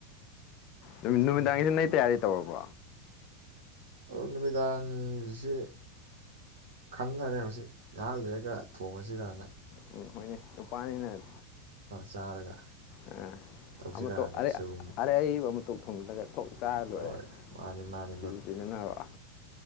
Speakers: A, on the left; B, on the right.
A: ꯅꯨꯃꯤꯠ ꯅꯨꯃꯤꯗꯥꯡꯖꯤꯗ
B: ꯑꯣ
A: ꯅꯣꯏ ꯇꯌꯥꯔꯤ ꯇꯧꯔꯕꯣ
B: ꯑꯗꯣ ꯅꯨꯃꯤꯗꯥꯡꯖꯦ ꯈꯟꯅꯔꯦ ꯍꯧꯖꯤꯛ ꯉꯥꯏꯍꯥꯛ ꯂꯩꯔꯒ ꯊꯣꯡꯉꯖꯤꯔꯅ
A: ꯎꯝ ꯍꯣꯏꯅꯦ ꯅꯨꯄꯥꯅꯤꯅ
B: ꯆꯥꯔꯒ
A: ꯑ
B: ꯇꯧꯁꯤꯔꯅ
A: ꯑꯃ ꯇꯣꯛ ꯑ
B: ꯁꯣꯏꯕꯨꯝ
A: ꯑꯔꯩꯕ ꯑꯃꯇꯣꯛ ꯊꯣꯡꯖꯤꯜꯂꯒ ꯊꯣꯛ ꯆꯥꯔ ꯂꯣꯏꯔꯦ
B: ꯍꯣꯏ ꯃꯥꯅꯤ ꯃꯥꯅꯤ
A: ꯁꯤꯗ ꯁꯤꯗꯅꯕ